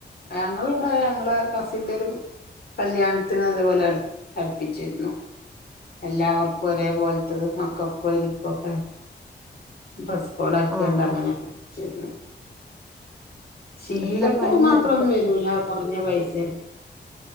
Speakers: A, on the left; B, in the centre.
A: ഞങ്ങള് ഇവടെ ഞങ്ങളെ കസിന്റെ ഒരു കല്യാണത്തിന് അതേപോലെ അട് അടുപ്പിച്ചിരുന്നു. എല്ലാവർക്കും ഒരെപോൽ തത് മക്കക്കും എനിക്കൊക്കെ ഡ്രസ്സ്‌ കോടാക്കിയൊണ്ടങ്ങനെ
B: ആഹ് ആഹ്
A: <unintelligible> ശീലത്തെ
B: നല്ല ഭംഗിയായിരിക്കും
A: മാത്രൊന്നും വരൂല <unintelligible> കൊറഞ്ഞ പൈസേ